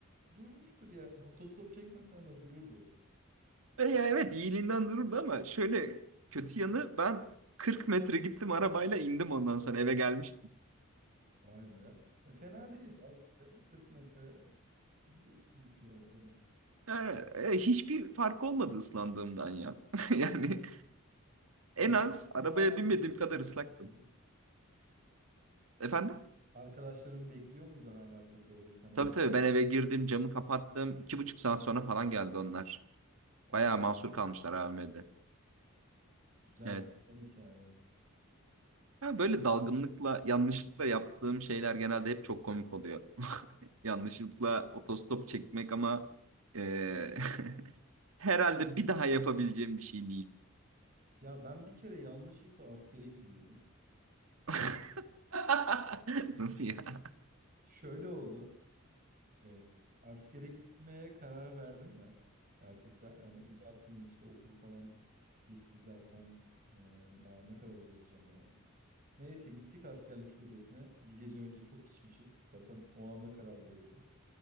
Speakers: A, on the right; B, on the right.
A: durmuştur yani. Otostop çekmesen de dururdu.
B: E ya evet iyiliğinden dururdu ama şöyle kötü yanı ben 40 metre gittim arabayla indim ondan sonra eve gelmiştim.
A: Vay be. E, fena değil. ya işte. 40 metre götürmüş ya seni.
B: E, e, hiçbir fark olmadı ıslandığımdan ya. <laughs> Yani
A: Arkadaşların
B: en az arabaya
A: hala
B: binmediğim
A: bekliyor
B: kadar
A: muydu?
B: ıslaktım.
A: peki?
B: Efendim?
A: Arkadaşların bekliyor muydu hala peki orada sana
B: Tabii
A: eve?
B: tabii ben eve girdim camı kapattım. İki buçuk saat sonra falan geldi onlar.
A: O
B: Bayağı
A: kadar
B: mahsur kalmışlar AVM'de.
A: güzel,
B: Evet.
A: güzel hikaye.
B: Ya böyle dalgınlıkla yanlışlıkla yaptığım şeyler genelde hep çok komik oluyor. Yanlışlıkla otostop çekmek ama eee, <laughs> herhalde bir daha yapabileceğim bir şey değil.
A: Ya ben bir kere yanlışlıkla askere gidiyordum.
B: <laughs> Nasıl ya?
A: Şöyle oldu. e, askere gitmeye karar verdim ben. Artık da yani uzatmayayım işte okul falan bitti zaten. E, daha ne kadar uzatacağım abi. Neyse gittik askerlik şubesine. Bir gece önce çok içmişiz. Zaten o anda karar verildi.